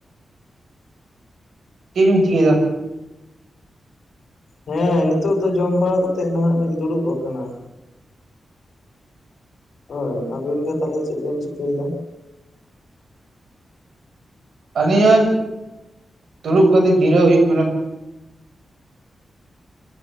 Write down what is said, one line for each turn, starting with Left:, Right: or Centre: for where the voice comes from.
Right: ᱪᱮᱜ‌ ᱵᱤᱱ ᱪᱤᱠᱟᱹᱭᱫᱟ?
Left: ᱦᱮᱸ ᱱᱤᱛᱚᱜ ᱫᱚ ᱡᱚᱢ ᱵᱟᱲᱟ ᱠᱟᱛᱮᱜ ᱱᱷᱟᱜ ᱞᱤᱧ ᱫᱩᱲᱩᱵ ᱟᱠᱟᱱᱟ᱾ ᱦᱳᱭ ᱟᱹᱵᱤᱱ ᱜᱮ ᱛᱟᱦᱚᱞᱮ ᱪᱮᱫ ᱵᱤᱱ ᱪᱤᱠᱟᱹᱭᱫᱟ?
Right: ᱟᱹᱞᱤᱧᱟᱜ ᱫᱩᱲᱩᱵ ᱠᱟᱛᱮᱜ ᱡᱤᱨᱟᱹᱣ ᱦᱩᱭᱩᱜ ᱠᱟᱱᱟ,